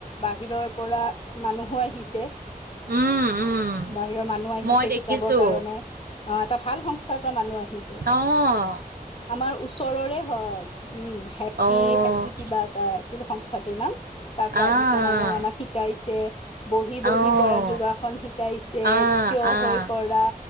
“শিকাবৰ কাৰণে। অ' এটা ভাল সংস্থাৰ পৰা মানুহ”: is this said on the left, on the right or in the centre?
Left